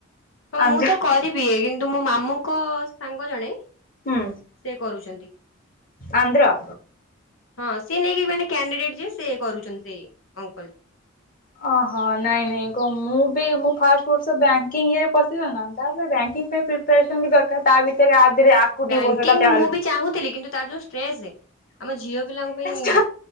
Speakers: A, on the left (about 80°); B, on the left (about 45°).
A: ହଁ ମୁଁତ
B: ଆନ୍ଧ୍ର
A: କରିବି କିନ୍ତୁ ମୋ ମାମୁଁଙ୍କ ସାଙ୍ଗ ଜଣେ
B: ହୁଁ
A: ସେ କରୁଚନ୍ତି।
B: ଆନ୍ଧ୍ର
A: ହଁ ସିଏ ନେଇକି ମାନେ କ୍ୟାଣ୍ଡିଡେଟ୍ ଯିଏ ସେ କରୁଚନ୍ତି ସେଇ ଅଙ୍କଲ ଯିଏ।
B: ଓହୋ ନାଇଁ ନାଇଁ କଣ ମୁଁ ବି ମୁଁ ଫାଷ୍ଟ ବର୍ଷ ବ୍ୟାଙ୍କିଙ୍ଗରେ ପଶିଗଲିନା ତାପରେ ବ୍ୟାଙ୍କିଙ୍ଗ ପାଇଁ ପ୍ରିପାରେସନ୍ ଦରକାର ତାଭିତରେ ଆଦିରେ ଆ ଆକୁ
A: ବ୍ୟାଙ୍କିଙ୍ଗ
B: ଦି ବର୍ଷଟା ଚାଲ
A: ମୁଁବି ଚାହୁଁଥିଲି କିନ୍ତୁ ତାର ଯୋଉ ଷ୍ଟ୍ରେସ୍ ଆମ ଝିଅ ପିଲାଙ୍କ ପାଇଁ
B: ଟା